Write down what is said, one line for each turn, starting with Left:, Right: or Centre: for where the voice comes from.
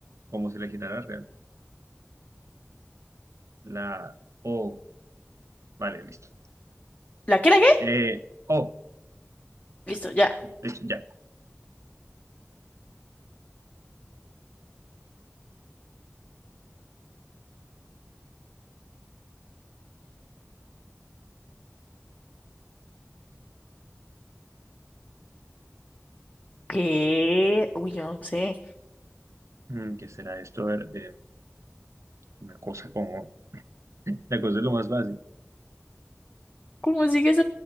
Right: como si la girara real. La O. Vale, listo.
Left: ¿La qué, la qué?
Right: Eh, O.
Left: Listo, ya.
Right: Listo, ya.
Left: ¿Qué? Uy, yo no sé.
Right: Mm, ¿Qué será esto? A ver, eh, una cosa como... La cosa es lo más fácil.
Left: ¿Cómo sigues